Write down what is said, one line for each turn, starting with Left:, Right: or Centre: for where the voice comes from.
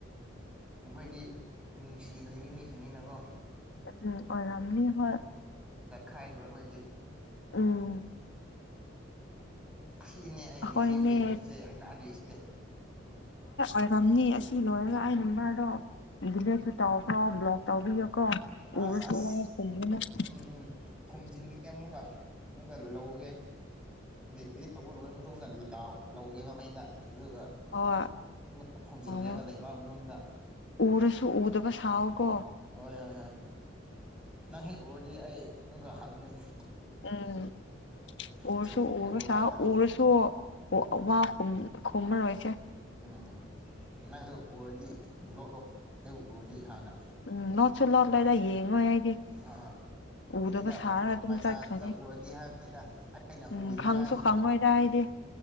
Centre: ꯑꯈꯣꯏꯗꯤ ꯃꯤꯅꯨꯡꯁꯤꯂꯩꯕ ꯃꯤꯁꯤꯡꯅꯤꯅꯀꯣ
Left: ꯎꯝ ꯑꯣꯏꯔꯝꯅꯤ ꯍꯣꯏ
Centre: ꯈꯥꯏꯔꯤꯕ ꯑꯩꯈꯣꯏꯗꯤ
Left: ꯎꯝ
Centre: ꯁꯤꯅꯦ ꯑꯩꯅꯦ
Left: ꯑꯩꯈꯣꯏꯅꯦ
Centre: ꯁꯤ ꯐꯦꯟꯁꯤꯡꯁꯦ ꯍꯩꯅꯗ꯭ꯔꯤꯁꯦ
Left: ꯑꯣꯝꯅꯤ ꯑꯁꯤ ꯂꯣꯏꯔꯒ ꯑꯩꯅ ꯃꯥꯗꯣ ꯕꯨꯂꯦꯠꯇꯨ ꯇꯧꯈ꯭ꯔꯣ ꯂꯣꯛ ꯇꯧꯕꯤꯌꯨꯀꯣ
Centre: ꯑꯁ
Left: <unintelligible>
Centre: ꯑꯁ ꯎꯝ ꯎꯝ ꯐꯨꯝꯖꯤꯟꯒꯦ ꯑꯃꯨꯛꯀ ꯑꯃꯨꯛꯀ ꯂꯧꯒꯦ ꯗꯦꯂꯤꯠ ꯇꯧꯕ ꯂꯣꯏꯔꯕ ꯃꯇꯨꯡꯗ ꯂꯥꯎ ꯂꯧꯒꯦꯕ ꯃꯩꯗ ꯑꯗꯨꯒ
Left: ꯍꯣꯏ
Centre: ꯄꯨꯂꯞ ꯐꯨꯝꯖꯤꯟꯒꯦꯕ
Left: ꯇꯧꯋꯣ
Centre: ꯂꯩꯕꯥꯛ ꯃꯅꯨꯡꯗ
Left: ꯎꯔꯁꯨ ꯎꯗꯕ ꯁꯥꯎꯀꯣ
Centre: ꯍꯣꯏ ꯍꯣꯏ ꯍꯣꯏ ꯅꯪ ꯍꯦꯛ ꯎꯔꯗꯤ ꯑꯩ ꯑꯃꯨꯛꯀ ꯍꯜꯗꯣꯏꯅꯤ
Left: ꯎꯝ ꯎꯔꯁꯨ
Centre: ꯁꯣꯔꯣꯛ ꯑꯃ
Left: ꯎꯕ
Centre: ꯎꯔꯀꯥꯟꯗ
Left: ꯁꯥꯎ ꯎꯔꯁꯨ ꯋꯥ ꯋꯥ ꯈꯨꯝꯃꯔꯣꯏꯁꯦ
Centre: ꯎꯝ ꯅꯪꯁꯨ ꯎꯔꯗꯤ ꯂꯣꯠꯂꯣ ꯑꯩꯕꯨ ꯎꯔꯗꯤ ꯍꯥꯟꯅ
Left: ꯎꯝ <unintelligible> ꯂꯩꯔ ꯌꯦꯡꯉꯣꯏ ꯑꯩꯗꯤ
Centre: ꯑꯥ
Left: ꯎꯗꯕ
Centre: ꯑꯗꯨꯗ
Left: ꯁꯥꯔꯒ ꯑꯗꯨꯝ
Centre: ꯕꯥꯏ ꯆꯥꯟꯁꯇ
Left: ꯆꯠꯈ꯭ꯔꯅꯤ
Centre: ꯎꯔꯗꯤ ꯍꯥꯏꯕꯅꯤꯗ ꯑꯩꯅ
Left: ꯎꯝ
Centre: ꯎꯗꯨꯅꯉꯥꯏꯒꯤꯗꯣ
Left: ꯈꯪꯁꯨ ꯈꯪꯉꯣꯏꯗ ꯑꯩꯗꯤ